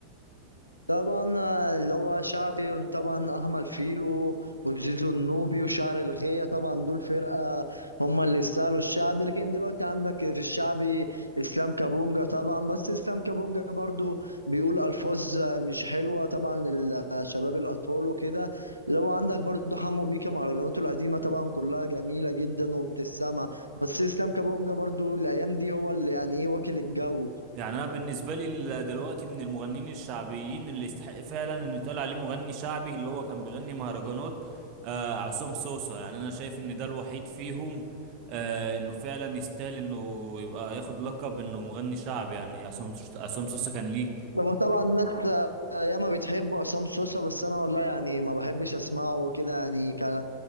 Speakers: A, on the left; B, on the right.
A: طبعا آه، اللي هو شعبي طبعا احمد فيلو وزيزو النوبي وشعر الغية طبعا دول فرقة هم اللي يستاهلوا الشعبي لكن دلوقتي عندك في الشعبي اسلام كابونجا طبعا بس اسلام كابونجا برضو بيقول الفاظ آه، مش حلوة طبعا للشباب الاطفال وكده لو عندك برضو حمو بيكا مهرجاناته القديمة طبعا كلها جميلة جدا وبتسمع بس اسلام كابونجا برضو الايام دي هو اللي يعني ايه واكل الجو
B: يعني انا بالنسبه لي ال- دلوقتي من المغنيين الشعبيين اللي يستحق فعلا ان يتقال عليه مغني شعبي اللي هو كان بيغني مهرجانات آه عصام صوصه يعني انا شايف ان ده الوحيد فيهم آه انه فعلا يستاهل انه يبقى ياخد لقب انه مغني شعبي يعني عصام عصام صوصه كان ليه
A: هو طبعا الناس آه، ياما بتحب عصام سوسة بس انا والله يعني ما بحبش اسمعه وكده يعني ك